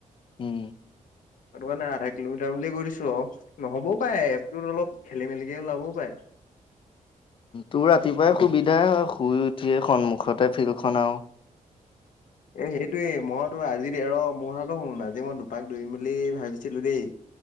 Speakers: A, on the left; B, on the left.
A: উম
B: মানে আধা কিলোমিটাৰ বুলিয়ে কৈ দিছো অ নহবও পাৰে এপটোত অলপ খেলি মেলিকে ওলাবও পায়
A: তোৰ ৰাতিপুৱাই সুবিধাই হয় শুই উঠিয়ে সন্মুখতে ফিল্ডখন আও
B: এ সেইটোয়ে মইতো আজি ৰ মোৰ কথা শুন আজি মই দুপাক দৌৰিম বুলি ভাবিছিলো দেই-